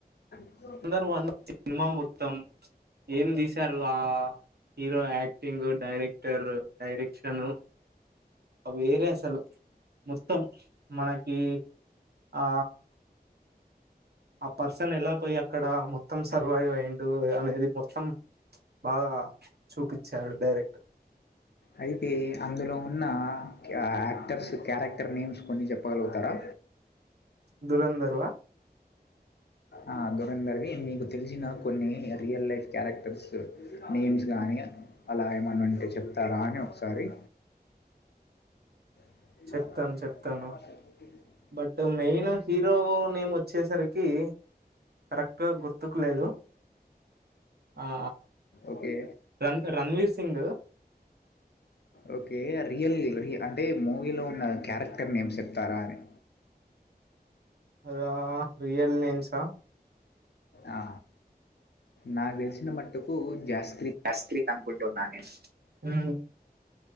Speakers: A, on the left; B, on the right.
A: <unintelligible>
B: దురంధర్ వన్ సినిమా మొత్తం ఏం తీశారు ఆ హీరో యాక్ట్ క్టింగ్ డైరెక్టర్ డైరక్షన్ వేరే అసలు మొత్తం మనకి ఆ ఆ పర్సన్ ఎలా పోయి అక్కడ మొత్తం సర్వైవయి అయ్యిండు అనేది మొత్తం బాగా చూపించారు డైరెక్టర్
A: అయితే అందులో ఉన్న యాక్టర్స్ క్యారెక్టర్ నేమ్స్ కొన్ని చెప్పగలుగుతారా
B: దురంధర్ వా
A: ఆ దూరందర్వి నీకు తెలిసిన కొన్ని రియల్ లైఫ్ క్యారెక్టర్స్ నేమ్స్ గాని అలా ఏమన్నా ఉంటే చెప్తారా అని ఒకసారి <unintelligible>
B: చెప్తాను చెప్తాను బట్ మెయిన్ హీరో నేమ్ వచ్చేసరికి కరెక్ట్గా గుర్తుకు లేదు ఆ
A: ఓకే
B: రన్ రణవీర్ సింగ్
A: ఓకే రియల్ రి అంటే మూవీలో ఉన్న క్యారెక్టర్ నేమ్స్ చెప్తారా అని
B: అదా రియల్ నేమ్సా
A: ఆ నాకు తెలిసిన మట్టుకు జాస్
B: అస్త్రి కంప్యూటర్ <unintelligible> హ్మ్మ్